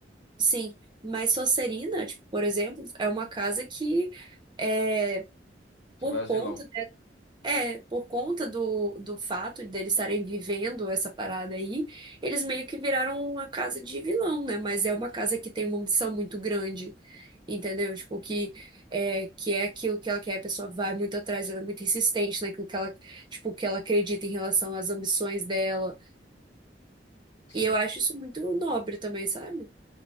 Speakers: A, on the right (about 25°); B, on the left (about 70°).
A: sim, mas Sonserina, tipo, por exemplo, é uma casa que é por
B: Só vai
A: conta
B: os vilão.
A: é, por conta do, do fato deles estarem vivendo essa parada aí, eles meio que viraram uma casa de vilão, né? Mas é uma casa que tem uma ambição muito grande, entendeu? Tipo, que é, que é aquilo que ela quer, a pessoa vai muito atrás, ela é muito insistente naquilo que ela, tipo, que ela acredita em relação às ambições dela.
B: Sim.
A: E eu acho isso muito nobre também, sabe?